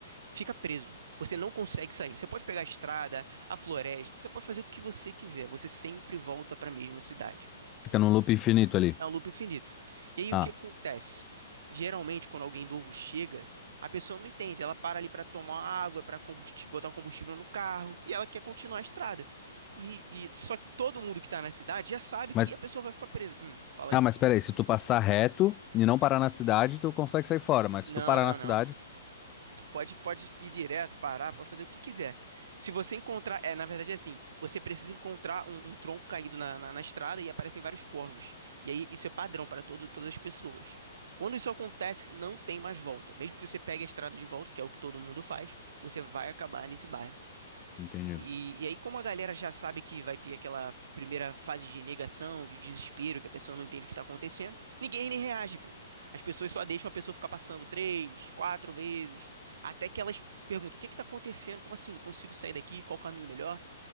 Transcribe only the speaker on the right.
fica preso. Você não consegue sair. Você pode pegar a estrada, a floresta, você pode fazer o que você quiser. Você sempre volta pra mesma cidade.
É um loop infinito. E aí
o que acontece? Geralmente, quando alguém novo chega, a pessoa não entende. Ela para ali para tomar água, para botar o combustível no carro, e ela quer continuar a estrada. E, e- só que todo mundo que tá na cidade já sabe que
a pessoa vai ficar presa. Hum, fala
aí.
Não,
não,
não. Tu pode, pode ir direto, parar, pode fazer o que quiser. Se você encontrar. É, na verdade é assim: você precisa encontrar um, um tronco caído na, na, na estrada e aparecem vários corvos. E aí isso é padrão para todo, todas as pessoas. Quando isso acontece, não tem mais volta. Mesmo que você pegue a estrada de volta, que é o que todo mundo faz, você vai acabar nesse bairro.
E, e aí, como a galera já sabe que vai ter aquela primeira fase de negação, de desespero, que a pessoa não entende o que tá acontecendo, ninguém nem reage, pô. As pessoas só deixam a pessoa ficar passando três, quatro vezes, até que elas perguntam: o que que tá acontecendo? Como assim? Não consigo sair daqui? Qual o caminho melhor?